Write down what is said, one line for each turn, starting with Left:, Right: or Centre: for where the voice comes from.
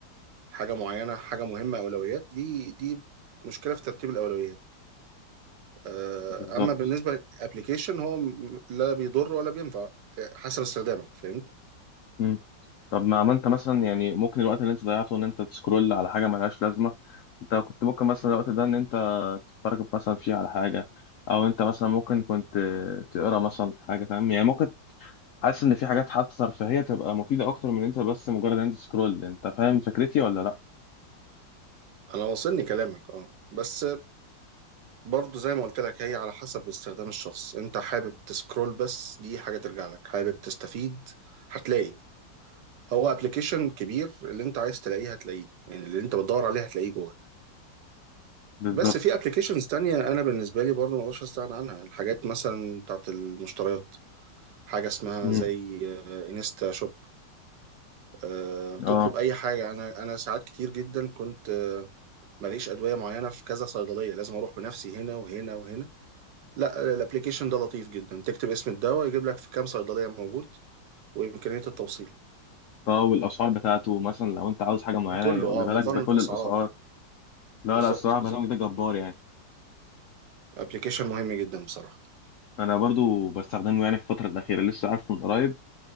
Right: حاجه معينه حاجه مهمه اولويات دي دي مشكله في ترتيب الاولويات آه،
Left: بالظبط
Right: اما بالنسبه للابلكيشن هو م- لا بيضر ولا بينفع آه، حسب استخدامك فهمت
Left: م. طب ما ما انت مثلا يعني ممكن الوقت اللي انت ضيعته ان انت تسكرول على حاجة ملهاش لازمة انت كنت ممكن مثلا الوقت ده ان انت تتفرج مثلا فيه على حاجة او انت مثلا ممكن كنت تقرا مثلا حاجة فاهم يعني ممكن حاسس ان في حاجات حتى ترفيهية تبقى مفيدة اكتر من انت بس مجرد ان انت تسكرول انت فاهم فكرتي ولا لا
Right: انا واصلني كلامك اه بس برضه زي ما قلت لك هي على حسب استخدام الشخص انت حابب تسكرول بس دي حاجه ترجع لك حابب تستفيد هتلاقي هو ابلكيشن كبير اللي انت عايز تلاقيه هتلاقيه يعني اللي انت بتدور عليه هتلاقيه جوه
Left: بالظبط
Right: بس في ابلكيشنز تانية انا بالنسبه لي برضو ما اقدرش استغنى عنها الحاجات مثلا بتاعت المشتريات حاجه اسمها
Left: امم
Right: زي آه، انستا شوب آه، تطلب
Left: اه
Right: اي حاجه انا انا ساعات كتير جدا كنت آه، ماليش ادويه معينه في كذا صيدليه لازم اروح بنفسي هنا وهنا وهنا لا الابلكيشن ده لطيف جدا تكتب اسم الدواء يجيب لك في كام صيدليه موجود وامكانيه التوصيل
Left: اه والاسعار بتاعته مثلا لو انت عاوز حاجه معينه
Right: بكله اه
Left: يجيبها
Right: مقارنه
Left: لك بكل
Right: اسعار
Left: الاسعار لا
Right: بالظبط
Left: لا الصراحه برنامج
Right: بالظبط
Left: ده جبار يعني
Right: ابلكيشن مهم جدا بصراحه
Left: انا برضو بستخدمه يعني في الفتره الاخيره لسه عارفه من قريب